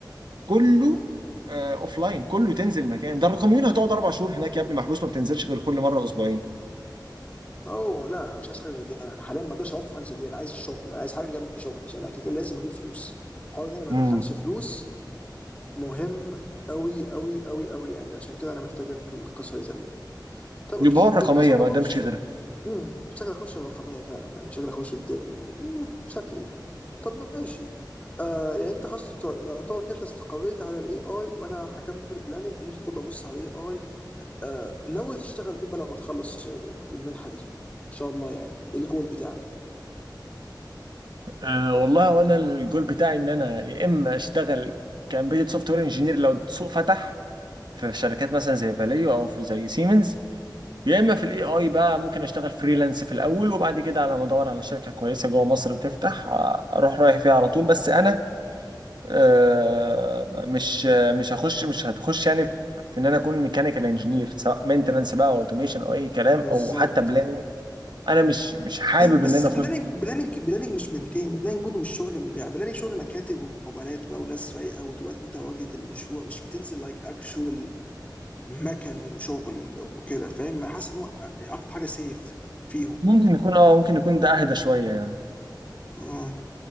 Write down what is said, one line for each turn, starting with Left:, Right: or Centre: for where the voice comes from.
Right: كله اوف لاين كله تنزل مكان ده الرقميون هتقعد اربع شهور هناك يا ابني محبوس ما بتنزلش غير كل مره اسبوعين
Left: اوه لا انا مش عايز حاجه زي دي انا أنا حاليا ما اقدرش اوفر حاجه زي دي انا عايز شغل انا عايز حاجه جنب شغلي عشان انا كده كده لازم اجيب فلوس حوار ان انا ما
Right: امم
Left: ادخلش فلوس مهم قوي قوي قوي قوي يعني عشان كده انا محتاج القصه دي تمام طب اوكي
Right: يبقى هو الرقميه
Left: لما لسه الموضوع
Right: ما قدامش
Left: مش
Right: غيرها
Left: امم شكلي اخش الرقميه فعلا يعني شكلي اخش الدوري امم شكلي طب ماشي آه يعني انت خلاص تو- يعتبر كده انت استقريت على الاي اي وانا هكمل بلاننج وممكن برضه ابص على الاي اي آه ناوي تشتغل فين بقى لما تخلص آه، المنحه دي ان شاء الله يعني الجول بتاعك
Right: أه والله وانا الجول بتاعي ان انا يا اما اشتغل كامبيوتر سوفت وير انجينير لو السوق فتح في شركات مثلا زي فاليو او في زي سيمنز يا اما في الاي اي بقى ممكن اشتغل فريلانس في الاول وبعد كده على ما ادور على شركه كويسه جوه مصر بتفتح آه، اروح رايح فيها على طول بس انا آه، مش آه، مش هخش مش هتخش يعني في في ان انا اكون ميكانيكال انجينير سواء مينتننس بقى او اوتوميشن او اي كلام
Left: بالظبط
Right: او حتى بلاننج انا مش مش حابب
Left: ليه- بس
Right: ان انا
Left: بلاننج
Right: اخش
Left: بلاننج بلاننج مش منتين بلاننج برضه مش شغل يعني بلاننج شغل مكاتب ومقابلات بقى وناس رايقه وتبقى انت واجهه المشروع مش بتنزل لايك اكشوال مكن وشغل وكده فاهم انا حاسس ان هو اكتر حاجه سيف فيهم
Right: ممكن يكون اه ممكن يكون ده اهدى شويه يعني
Left: اه